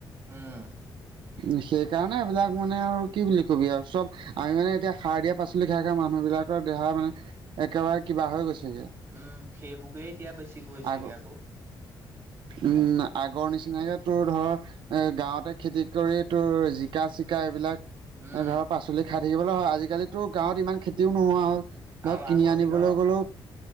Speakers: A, on the right (about 35°); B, on the right (about 80°).
A: উম
B: উ সেই কাৰণে এইবিলাক মানে আৰু কি বুলি কবি আৰু চব আমি মানে এতিয়া সাৰ দিয়া পাচলি খাই খাই মানুহ বিলাক দেহা মানে একেবাৰে কিবা হৈ গৈছেগে।
A: উম সেইবোকে এতিয়া বেছি গৈছেগে
B: আগ
A: আকৌ
B: উম আগৰ নিচিনাকে তোৰ ধৰ এ গাঁৱতে খেতি কৰিয়ে তোৰ জিকা চিকা এইবিলাক এনে
A: উম
B: ধৰক পাচলি খাই থাকিবলৈ হয় আজিকালিতো গাঁৱত ইমান খেতিও নোহোৱা হ'ল। ধৰক
A: আৰু আগৰ
B: কিনি আনিবলৈ
A: দিনৰ,
B: গ'লেও